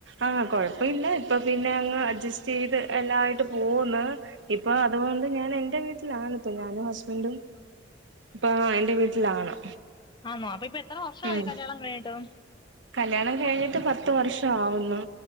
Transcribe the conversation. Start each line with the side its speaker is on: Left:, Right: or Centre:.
Right: ആ കൊഴപ്പില്ല ഇപ്പ പിന്നെ അങ്ങ് അഡ്ജസ്റ്റ് ചെയ്ത് എല്ലായിട്ട് പോന്നു ഇപ്പൊ അതുകൊണ്ട് ഞാൻ എൻ്റെ വീട്ടിലാണ് ഇപ്പ ഞാനും ഹസ്ബൻ്റും ഇപ്പ എന്റെ വീട്ടിലാണ്
Left: ആണോ അപ്പ ഇപ്പൊ എത്ര വർഷമായി
Right: ഉം
Left: കല്യാണം കഴിഞ്ഞിട്ട്
Right: കല്യാണം കഴിഞ്ഞിട്ട് പത്ത് വർഷാവുന്നു